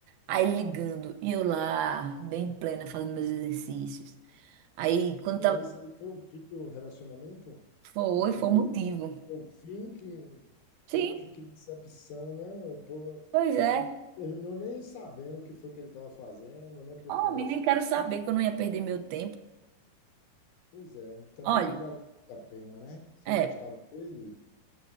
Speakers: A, on the right; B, on the left.
A: Aí ele ligando, e eu lá, bem plena, fazendo meus exercícios. Aí,
B: Então,
A: quando tava.
B: esse aí foi o fim do relacionamento?
A: Foi,
B: Do que
A: foi o motivo.
B: O fim que.
A: Sim,
B: Poxa, que decepção, né? Pô,
A: pois é.
B: e terminou nem sabendo o que foi que ele estava fazendo, nem procurou
A: Homem,
B: saber.
A: nem quero saber que eu não ia perder meu tempo.
B: Pois é, também
A: Olha,
B: não vale a pena, né? Você
A: é,
B: gostava dele?